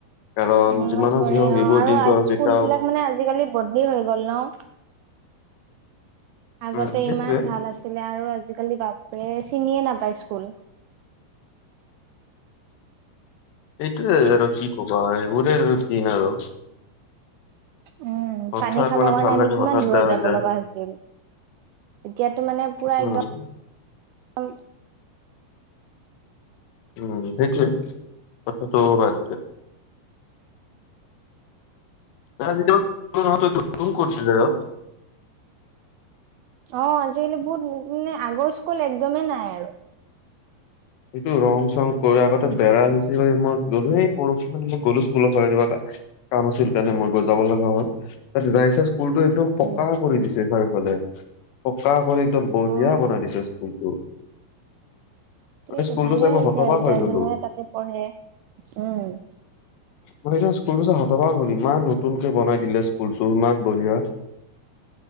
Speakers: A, on the left; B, on the right.
A: কাৰণ
B: মনত
A: যিমানো
B: পৰে।
A: যি হওক
B: অ',
A: এইবোৰ
B: আৰু
A: দিনটো
B: আজি
A: কেতিয়াও
B: স্কুল বিলাক মানে আজিকালি বদলি হৈ গ'ল ন? আগতে
A: উম সেইটোয়ে
B: ইমান ভাল আছিলে আৰু আজিকালি বাপৰে চিনিয়ে নাপায় স্কুল।
A: এইটোৱে আৰু কি কবা এইবোৰে দিন আৰু।
B: উম,
A: হঠাৎ
B: পানী খাব
A: মানে
B: কাৰণে
A: ভাল
B: আমি
A: লাগে
B: কিমান
A: হঠাৎ
B: দূৰত
A: বেয়া হৈ
B: যাব
A: যায়
B: লগা হৈছিল। এতিয়াতো মানে পুৰা
A: উম
B: এক-দম
A: উম, সেইটোৱেই। কথাটো বাদ <unintelligible> <unintelligible> <unintelligible> ফোন কৰিছিলে আৰু
B: অ', আজিকালি বহুত মানে আগৰ স্কুল একদমেই নাই আৰু।
A: সেইটো ৰং-চং কৰি আগতে বেৰা আছিলে মই গ'লো, হেই পৰখি মানে মই গ'লো স্কুলৰ ফালে কিবা এটা কাম আছিল কাৰণে মই গৈ যাব লগা হ'ল। তাত যাই চাই স্কুলটো একদম পকা
B: উম
A: কৰি দিছে চাৰিওফালে। পকা কৰি একদম বঢ়িয়া
B: অ
A: বনাই দিছে স্কুলটো। মানে
B: সেইটো
A: স্কুলটো
B: ভালে
A: চাই মই
B: হৈছে
A: হতবাক
B: আৰু এতিয়া
A: হৈ গ'লো
B: যোনবোৰে তাতে পঢ়ে। উম।
A: মই সেইনা স্কুলটো চাই হতবাক হ'লো! ইমান নতুনকে বনাই দিলে স্কুলতটো, ইমান বঢ়িয়া। <inaudible>